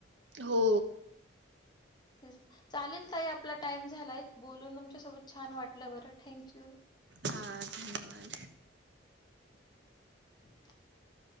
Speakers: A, on the right (about 65°); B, on the left (about 20°).
A: हो
B: ते चालेल ताई आपला टाइम झालाय बोलून तुमच्या सोबत छान वाटलं बरं थँंक यू!
A: हा धन्यवाद.
B: <inaudible>